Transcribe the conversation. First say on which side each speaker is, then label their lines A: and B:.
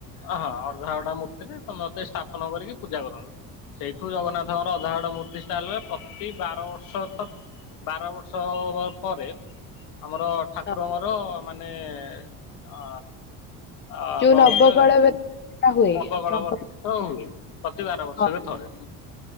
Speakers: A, on the left; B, on the left.
A: ହଁ ହଁ ଅଧା ଗଢା ମୂର୍ତ୍ତିରେ ତମେ ମୋତେ ସ୍ଥାପନ କରିକି ପୂଜା କରନ୍ତୁ ସେଇଠୁ ଜଗନ୍ନାଥଙ୍କର ଅଧା ଗଢା ମୂର୍ତ୍ତି <unintelligible> ପ୍ରତି ବାର ବର୍ଷ ବାର ବର୍ଷ ପରେ ଆମର ଠାକୁରଙ୍କର
B: ହଁ,
A: ମାନେ ଆ ଆ
B: ଯୋଉ
A: କଣ କହିଲେ
B: ନବକଳ ବେଲା ହୁଏ
A: ନବକୋଳେବର
B: ନବ
A: ହୁଏ ପ୍ରତି ବାର ବର୍ଷ
B: ହଁ
A: ରେ ଥରେ